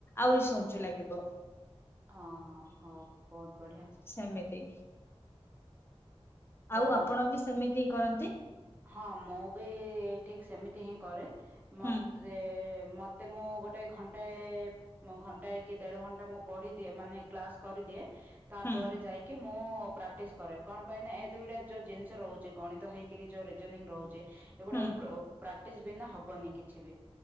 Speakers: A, on the left; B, on the right.
A: ଆହୁରି ସହଜ
B: ହଁ ହଁ
A: ଲାଗିବ।
B: ହଁ ହଁ ହଉ ବହୁତ ବଢିଆ।
A: ସେମିତି
B: ତ
A: ଆଉ ଆପଣ ବି ସେମିତି କରନ୍ତି?
B: ହଁ ମୁଁ ବି ଠିକ ସେମିତି ହିଁ କରେ ମତେ
A: ହୁଁ
B: ମତ ତେ ମୁଁ ଗୋଟେ ଘଣ୍ଟେ ମ ଘଣ୍ଟାଏ କି ଦେଢ ଘଣ୍ଟା ମୁଁ ପଢିଦିଏ ମାନେ କ୍ଲାସ୍ କରିଦିଏ ତାପରେ
A: ହୁଁ
B: ଯାଇକି ମୁଁ ପ୍ରାକ୍ଟିସ କରେ କଣ ପାଇଁ ନା ଏ ଦୁଇଟା ଯୋଉ ଜିନିଷ ରହୁଛି ଗଣିତ ହେଇକିରି ଯୋଉ ରିଜନିଂ ରହୁଛି ଏଗୁଡାକ
A: ହୁଁ
B: ପ୍ରୋ ପ୍ରାକ୍ଟିସ ବିନା ହବନି କିଛି ବି।